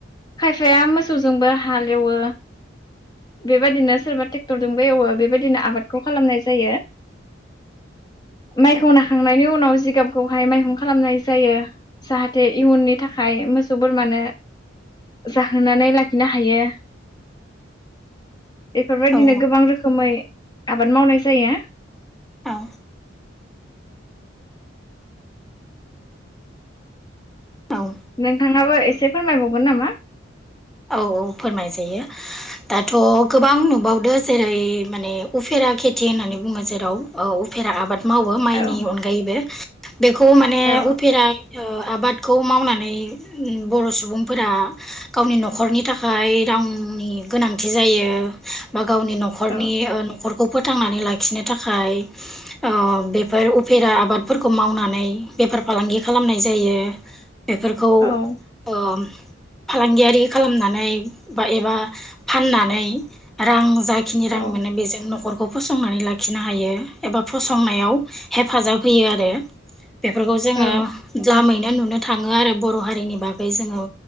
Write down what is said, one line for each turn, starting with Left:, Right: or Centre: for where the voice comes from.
Left: खायफाया मोसौजोंबो हाल एवो बेबायदिनो सोरबा ट्रेक्टरजोंबो एवो बेबायदिनो आबादखौ खालामनाय जायो माइखौ नाखांनायनि उनाव जिगाबखौहाय माइहुं खालामनाय जायो जाहाथे इयुननि थाखाय मोसौ बोरमानो जाहोनानै लाखिनो हायो बेफोरबायदिनो
Centre: औ
Left: गोबां रोखोमै आबाद मावनाय जायो
Centre: औ औ
Left: नोंथाङाबो एसे फोरमायबावगोन नामा
Centre: औ औ फोरमाय जायो दाथ' गोबां नुबावदो जेरै माने उफेरा खेथि होननानै बुङो जेराव उफेरा आबाद मावो माइनि
Left: औ
Centre: अनगायैबो बेखौ माने
Left: औ
Centre: उफेरा ओ आबादखौ मावनानै बर' सुबुंफोरा गावनि न'ख न'खरनि थाखाय रांनि गोनांथि जायो बा गा गावनि न'खरनि
Left: औ
Centre: ओ‌ न'खर खौ फोथांनानै लाखिनो थाखाय ओ बेफोर उफेरा आबादफोरखौ मावनानै बेफार फालांगि खालामनाय जायो। बेफोरखौ
Left: औ
Centre: ओ फालांगियारि खालामनानै बा एबा फाननानै रां जाखिनि रां
Left: औ
Centre: मोनो बेजों न'खरखौ फसंनानै लाखिनो हायो एबा फसंनायाव हेफाजाब होयो आरो। बेफोरखौ जोङो
Left: औ
Centre: द्लामैनो नुनो थाङो आरो बर' हारिनि बागै जोङो